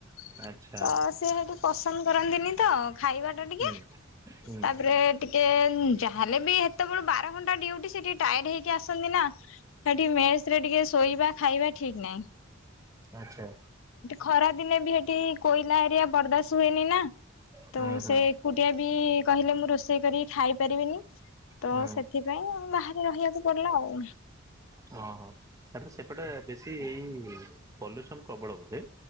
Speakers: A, on the left; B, on the right.
A: ତ ସେ
B: ଆଚ୍ଛା
A: ସେଠିକି ପସନ୍ଦ କରନ୍ତିନିତ ଖାଇବାଟା ଟିକେ
B: ହୁଁ ହୁଁ
A: ତାପ ସେ ଟିକେ ଯାହେଲେବି ହେତେବେଳୁ ବାରଘଣ୍ଟା ଡ୍ୟୁଟି ସେ ଟିକେ ଟାୟେଡ ହେଇକି ଆସନ୍ତିନା ସେଠି ମେସରେ ଟିକେ ଶୋଇବା ଖାଇବା ଠିକ ନାହିଁ।
B: ଆଚ୍ଛା।
A: ଖରା ଦିନେବି ହେଠି କୋଇଲା ହେରିଆ ବରଦାସ ହୁଏନିନା
B: ହୁଁ
A: ତ
B: ହୁଁ
A: ସେ ଏକୁଟିଆ ବି କହିଲେ ମୁଁ ରୋଷେଇ କରିକି ଖାଇ ପାରିବିନି। ତ
B: ହୁଁ
A: ସେଥିପାଇଁ ବାହାରେ ରହିବାକୁ ପଡିଲା ଆଉ।
B: ହଁ ହଁ ତାପର ସେପଟେ ବେଶୀ ଏଇ ପଲ୍ୟୁସନ ପ୍ରବଳ ବଧେ।